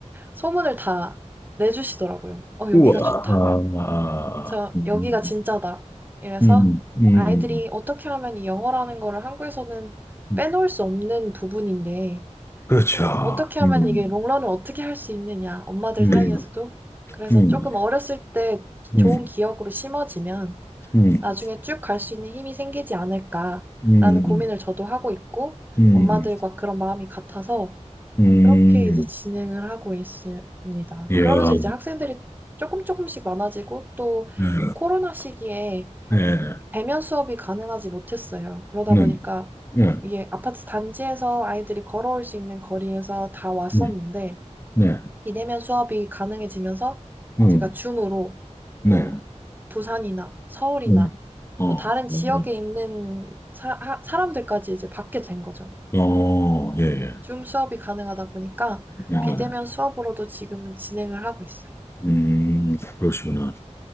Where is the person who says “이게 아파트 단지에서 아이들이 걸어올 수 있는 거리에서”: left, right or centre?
Right